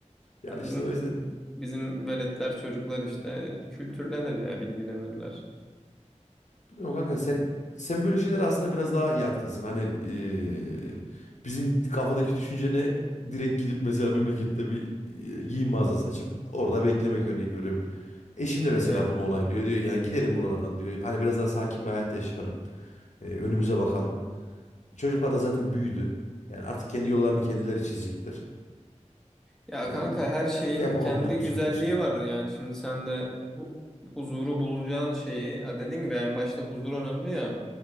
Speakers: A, on the left; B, in the centre.
A: Ya
B: Ya
A: işte
B: bizim
A: o yüzden
B: bizim veletler çocuklar işte kültürlenir ya bilgilenirler.
A: Bilmiyorum kanka sen sen böyle şeylere aslında biraz daha yatkınsın. Hani eee, bizim kafadaki düşüncene direkt gidip mesela memlekette bir eee, giyim mağazası açıp orada beklemek örnek veriyorum. Eşim de
B: Ya.
A: mesela bunu onaylıyor diyor ya gidelim buralardan diyor. Hani biraz daha sakin bir hayat yaşayalım. Eee, önümüze bakalım. Çocuklar da zaten büyüdü. Yani artık kendi yollarını kendileri çizecektir.
B: Ya
A: Yani
B: kanka
A: bu
B: her şeyin
A: şey yapamam
B: kendi
A: ben bu
B: güzelliği
A: saatten sonra.
B: var yani şimdi sen de hu- huzuru bulacağın şeyi ha dediğin gibi en başta huzur önemli ya.